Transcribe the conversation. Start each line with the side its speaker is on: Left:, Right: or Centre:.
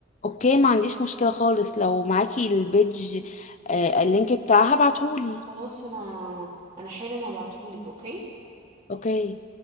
Left: اوكي ما عنديش مشكله خالص لو معاكي البيج آه اللينك بتاعها ابعتهولي
Right: خلاص انا انا حالا هبعتهولك اوكي
Left: اوكي